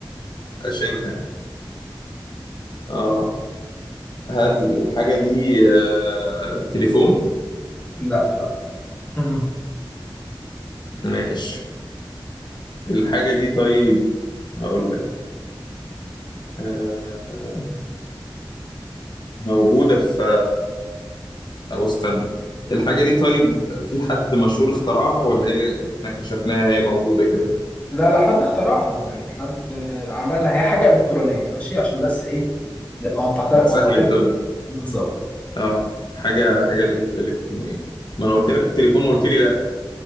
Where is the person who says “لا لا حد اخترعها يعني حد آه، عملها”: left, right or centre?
Left